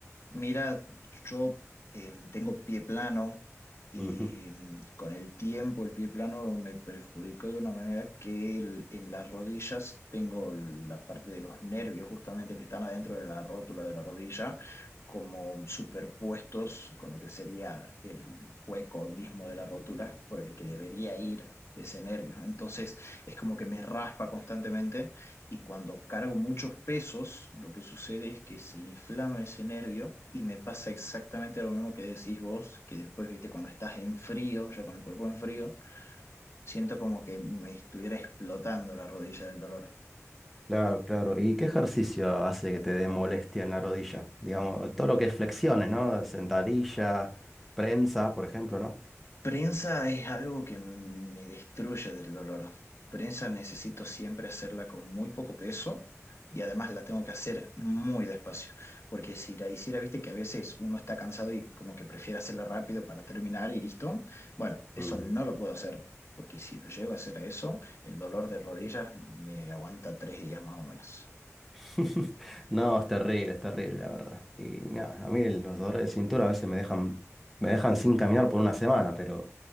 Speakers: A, on the left; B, in the centre.
A: Mira, yo em, tengo pie plano y
B: Ujú.
A: mm, con el tiempo el pie plano me perjudicó de una manera que el- en las rodillas tengo la parte de los nervios justamente que están adentro de la rótula de la rodilla como superpuestos con lo que sería el hueco mismo de la rótula por el que debería ir ese nervio. Entonces es como que me raspa constantemente. Y cuando cargo muchos pesos, lo que sucede es que se inflama ese nervio y me pasa exactamente lo mismo que decís vos, que después, viste, cuando estás en frío, ya con el cuerpo en frío, siento como que me estuviera explotando la rodilla del dolor.
B: Claro, claro. ¿Y qué ejercicio hace que te dé molestia en la rodilla? Digamos, todo lo que es flexiones, ¿no? Sentadilla, prensa, por ejemplo, ¿no?
A: Prensa es algo que m- me destruye del dolor. Prensa necesito siempre hacerla con muy poco peso y además la tengo que hacer muy despacio, porque si la hiciera, viste que a veces uno está cansado y como que prefiere hacerla rápido para terminar y listo. Bueno, eso
B: Ujú.
A: no lo puedo hacer, porque si lo llego a hacer a eso, el dolor de rodillas me aguanta tres días más o menos.
B: <laughs> No, es terrible, es terrible, la verdad. Y mira, a mí los dolores de cintura a veces me dejan, me dejan sin caminar por una semana, pero